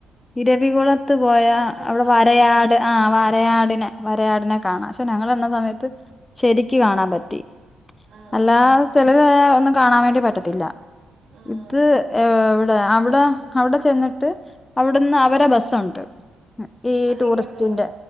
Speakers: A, on the left; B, on the right.
A: ഇരവികുള ത്ത് പോയാ
B: നാഷണൽ
A: അവിടെ
B: പാർക്ക്
A: വരയാട് ആ വരയാടിനെ
B: ആഹ്
A: വരയാടിനെ കാണാം. പ്പൊ ഞങ്ങളന്ന സമയത്ത് ശരിക്ക് കാണാൻ പറ്റി.
B: ആഹ്
A: അല്ലാതെ ചിലര് ഒന്നും കാണാൻ വേണ്ടി പറ്റത്തില്ല.
B: ആഹ്
A: ഇത് എവടെ അവിടെ അവിടെ, ചെന്നിട്ട്, അവിടുന്ന്, അവരെ, ബസ്സുണ്ട് ഈ,
B: അതീ
A: ടൂറിസ്റ്റിന്റെ,
B: കൊണ്ടോവോ